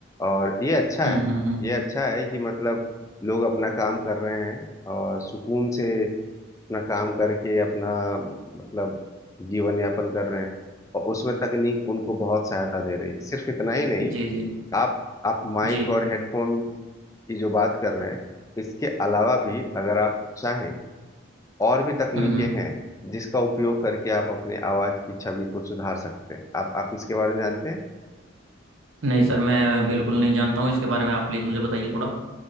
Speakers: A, on the left; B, on the right.
A: और ये अच्छा
B: हम्म
A: है
B: हम्म, हम्म,
A: ये अच्छा है कि मतलब लोग अपना काम कर रहे हैं और सुकून से अपना काम करके अपना मतलब जीवन यापन कर रहे हैं और उसमें तकनीक उनको बहुत सहायता दे रही है सिर्फ इतना ही नहीं
B: जी जी
A: आप आप माइक
B: जी
A: और हेडफोन की जो बात कर रहे हैं इसके अलावा भी अगर आप चाहें और भी तकनीकें
B: हम्म हम्म।
A: हैं जिसका उपयोग करके आप अपने आवाज की छवि को सुधार सकते हैं आप आप इसके बारे में जानते हैं
B: नहीं सर मैं बिल्कुल नहीं जानता हूँ इसके बारे में आप प्लीज़ मुझे बताइए थोड़ा